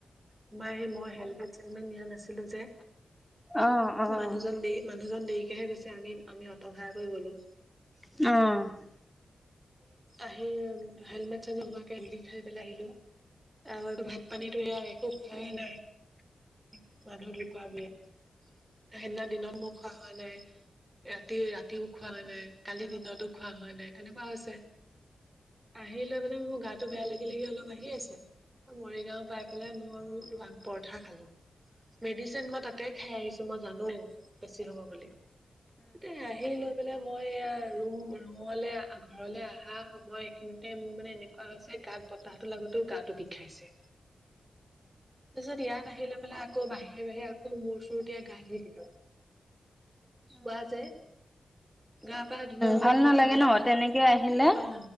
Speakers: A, on the right; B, in the centre.
A: তোমাৰ সেই মই হেলমেট চেলমেট নিয়া নাছিলো যে,
B: অ অ অ
A: মানুহজন দে মানুহজন দেৰিকেহে গৈছে আমি আমি অট ভাৰা কৰি গ'লো
B: অ
A: আহি হেলমেট চেলমেট নোহোৱাকে ধূলি খাই পেলাই আহিলো আৰু এইটো ভাত পানীতো সেয়া একো খোৱাই নাই মানুহ ঢুকুৱা বোৰে সেইদিনা দিনত মোৰ খোৱা হোৱা নাই ৰাতি ৰাতিও খোৱা নাই কালিৰ দিনতো খোৱা হোৱা নাই তেনেকুৱা হৈছে আহি লৈ মানে মোৰ গাটো বেয়া লাগি লাগি অলপ আহিয়ে আছে মৰিগাঁও পাই পেলাই মই তোমাৰ পৰঠা খালো মেডিচিন মই তাতে খাই আহিছোঁ মই জানো বেছি হ'ব বুলি এযাতে আহি লৈ পেলাই মই এয়া ৰুম ৰুমলৈ ঘৰলৈ আহা সময় খিনতে মোৰ মানে এনেকুৱা হৈছে গাত বতাহতো লাগতেও গাটো বিষাইছে তাৰপিছত ইয়াত আহি লৈ পেলাই আকৌ বাহিৰে বাহিৰে আকৌ মোৰ চুৰ তেতিয়া গাহি দিলো চোৱা যে গা পা ধুই কৈ
B: ভাল নালাগে
A: লৈ পেলাই
B: ন
A: তাত
B: তেনেকে আহিলে
A: পা